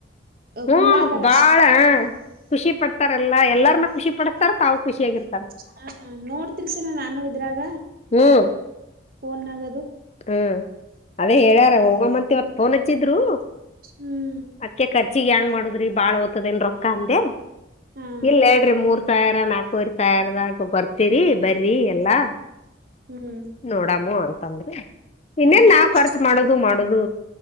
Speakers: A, on the left (about 35°); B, on the right (about 50°).
A: ಹ್ಮ್
B: ಕುಲ್ಲಾದರ
A: ಬಾಳ ಖುಷಿ ಪಡ್ತಾರೆ ಎಲ್ಲ ಎಲ್ಲರನ್ನ ಖುಷಿ ಪಡಸ್ತಾರ ತಾವು ಖುಷಿಯಾಗಿರ್ತ
B: ಹ ನೋಡ್ತಿರ್ತೇನೆ ನಾನು ಇದ್ರಾಗ
A: ಹ್ಮ್
B: ಫೋನ್ ಆಗ
A: ಹ್ಮ ಅದೇ ಹೇಳ್ಯಾರ ಹೋಗಮ್ಮಂತವತ್ತು ಫೋನ್ ಹಚ್ಚಿದ್ರು
B: ಹ್ಮ್
A: ಅದ್ಕ ಖರ್ಚಿಗೆ ಹೆಂಗ್ ಮಾಡುದ್ರಿ ಬಾಳ್ ಓ್ತದೇಏನ್ ರೊಕ್ಕ ಅಂದೆ
B: ಹಾ
A: ಇಲ್ಲ ಹೇಳ್ರಿ ಮೂರ್ ಸಾವಿರ ನಾಲ್ಕವರ್ ಸಾವಿರದಾಗ ಬರ್ತ ತರಿ ಬರ್ರಿ ಎಲ್ಲಾ
B: ಹ್ಮ್
A: ನೋಡಾಮ ಅಂತಂದ್ರಿ ಇನ್ನೇನ್
B: ಹೋಬ
A: ನಾವ್ ಖರ್ಚು ಮಾಡದು ಮಾಡದು